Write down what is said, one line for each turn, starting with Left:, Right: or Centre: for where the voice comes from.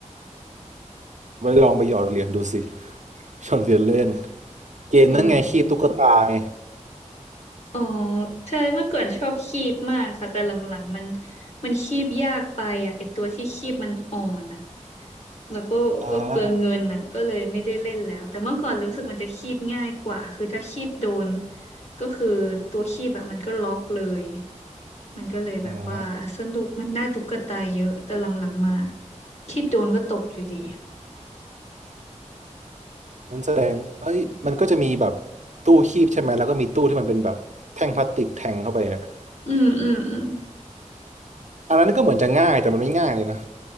Right: ไปลองไปหยอดเหรียญดูสิหยอดเหรียญเล่นเกมนั่นไงคีบตุ๊กตาไง
Left: อ๋ออ๋อใช่เมื่อก่อนชอบคีบมากค่ะแต่หลังๆมันมันคีบยากไปอ่ะไอตัวที่คีบมันอ่อนอะ แล้วก็ก็เปลืองเงินน่ะก็เลยไม่ได้เล่นแล้วแต่เมื่อก่อนรู้สึกมันจะคีบง่ายกว่าคือถ้าคีบโดน
Right: อ่า
Left: ก็คือตัวคีบอะมันก็ล็อกเลยมันก็เลยแบบว่าสนุกมันได้ตุ๊กตาเยอะแต่หลังๆมา
Right: อืม
Left: คีบโดนก็ตกอยู่ดี
Right: มันแสดงเอ้ยมันก็จะมีแบบตู้คีบใช่ไหมแล้วก็มีตู้ที่มันเป็นแบบแท่งพลาสติกแทงเข้าไปอะ
Left: อืมอืมอืม
Right: อันนั้นก็เหมือนจะง่ายแต่มันไม่ง่ายเลยนะ